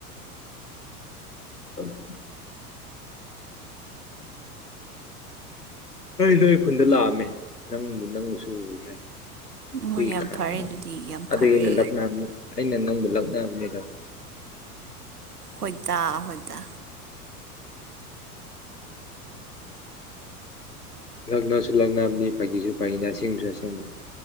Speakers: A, on the left; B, on the right.
A: <unintelligible> ꯍꯣꯏ ꯅꯣꯏ ꯑꯩ ꯈꯨꯟꯗ ꯂꯥꯛꯑꯝꯃꯦ ꯅꯪꯕꯨ ꯅꯪꯁꯨ ꯎꯈ꯭ꯔꯦ꯫ ꯑꯗꯨꯒꯤ
B: ꯑꯣ ꯌꯥꯝ
A: ꯈꯔ
B: ꯐꯔꯦ ꯑꯗꯨꯗꯤ ꯌꯥꯝ
A: ꯑꯗꯨꯒꯤ
B: ꯐꯔꯦ
A: ꯑꯩꯅ ꯑꯩꯅ ꯅꯪꯕꯨ ꯂꯛꯅꯕꯅꯤꯗ꯫
B: ꯍꯣꯏꯗꯥ ꯍꯣꯏꯗꯥ꯫
A: ꯂꯛꯅꯁꯨ ꯂꯛꯅꯕꯅꯤ ꯐꯥꯒꯤꯁꯨ ꯐꯥꯒꯤꯅꯤ ꯑꯁꯦꯡꯕꯁꯨ ꯑꯁꯦꯡꯕꯅꯤ꯫